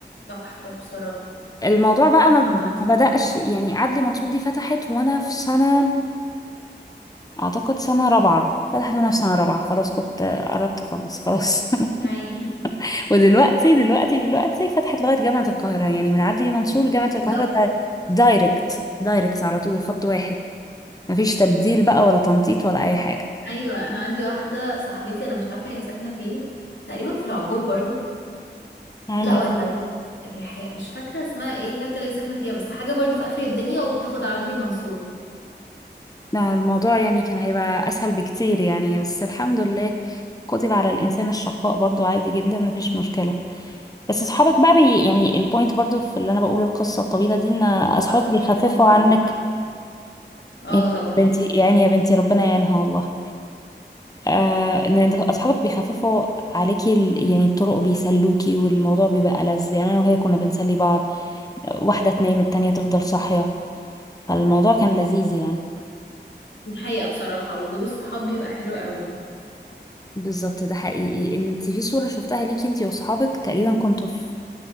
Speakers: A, on the left (about 85°); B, on the left (about 20°).
A: تحفة بصراحة
B: الموضوع بقى ما ب-
A: عامة
B: ما بدأش يعني عدلي منصور دي فتحت وأنا في سنة أعتقد سنة رابعة فتحت وأنا في سنة رابعة خلاص كنت قربت أخلص خلاص <laughs>
A: يعني <laughs>
B: ودلوقتي دلوقتي دلوقتي فتحت لغاية جامعة القاهرة يعني من عدلي منصور لجامعة القاهرة
A: بالظبط
B: ده دايركت دايركت على طول خط واحد مفيش تبديل بقى ولا تنطيط ولا أي حاجة
A: ايوه انا عندي واحدة صاحبتي انا مش عارفة هي ساكنة فين تقريبا في العبور برضو
B: يعني
A: لا ولا الرحاب مش فاكرة اسمها ايه الحتة اللي هي ساكنة فيها بس حاجة برضو في آخر الدنيا وبتاخد على عدلي منصور
B: ده الموضوع يعني كان هيبقى أسهل بكتير يعني بس الحمد لله كتب على الإنسان الشقاء برضو عادي جدا مفيش مشكلة بس أصحابك بقى بي يعني البوينت برضو في اللي أنا بقول القصة الطويلة دي إن أصحابك
A: اه تصدقي
B: بيخففوا
A: ساكنة في
B: عنك
A: عبورة اه
B: يا
A: طبعا
B: بنتي يعني يا بنتي ربنا يعينها والله آه إن أنت- أصحابك بيخففوا عليكي ال- يعني الطرق وبيسلوكي والموضوع بيبقى لذ يعني أنا وهي كنا بنسلي بعض واحدة تنام التانية تفضل صاحية فالموضوع كان لذيذ يعني
A: دي حقيقة بصراحة وجود الصحاب بيبقى حلو قوي
B: بالظبط ده حقيقي انت في صورة شفتها ليكي انت واصحابك تقريبا كنتوا في